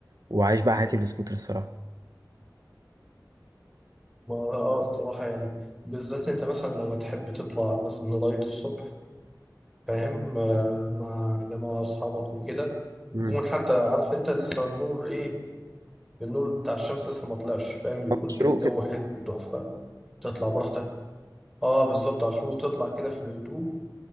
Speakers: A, on the right; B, in the centre.
A: وعايش بقى حياتي بالسكوتر الصراحة
B: ما اه الصراحة يعني بالذات انت مثلا لو تحب تطلع مثلا رايد الصبح فاهم آه، مع جماعة أصحابك وكده
A: مم.
B: يكون حتى عارف انت لسه النور ايه النور بتاع الشمس لسه ما طلعش فاهم يكون
A: مشروق
B: كده الجو
A: كده
B: حلو وتحفة تطلع براحتك اه بالظبط عاشور وتطلع كده في الهدوء